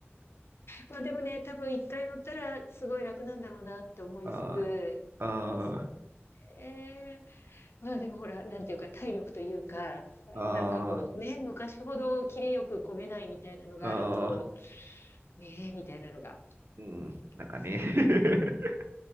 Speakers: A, on the left; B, on the right.
A: まあでもね、多分一回乗ったらすごい楽なんだろうなって思いつつ、
B: <laughs> あーあ
A: そうね。まあでもほら、なんていうか体力というか、
B: ー、あ
A: なんかこうね、昔ほどキレよく漕げないみたいなのがあると、
B: ーあ
A: ねえ、みたいなのが
B: ー、うん、
A: ありますね。
B: なんかね。<laughs>